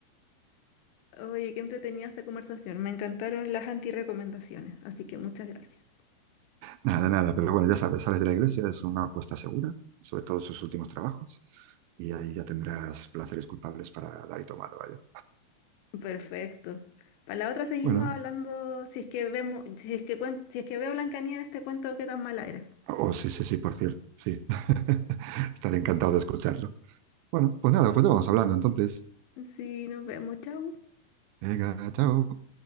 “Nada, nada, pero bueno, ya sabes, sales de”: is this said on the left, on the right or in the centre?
Right